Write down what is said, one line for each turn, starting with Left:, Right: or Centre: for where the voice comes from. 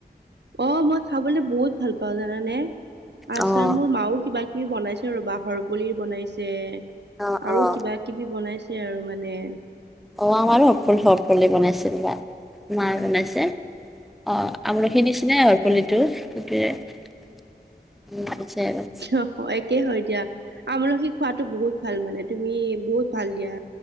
Right: অ মই খাবলে বহুত ভাল পাওঁ জানানে, আচাৰ
Centre: অ',
Right: মোৰ মাও কিবা - কিবি বনাইছে ৰ'বা হৰপুলিৰ বনাইছে
Centre: অ',
Right: আৰু
Centre: অ',
Right: কিবা - কিবি বনাইছে আৰু মানে।
Centre: অ আমাৰো হৰফুল হৰপুলিৰ বনাইছে ৰ'বা, মাঁয়ে বনাইছে। অ আমলখি নিচিনাই হৰপুলিটো সেইটোৱে অ পিছে -
Right: অ একে হয় দিয়া, আমলখি খোৱাতো বহুত ভাল মানে তুমি বহুত ভাল দিয়া।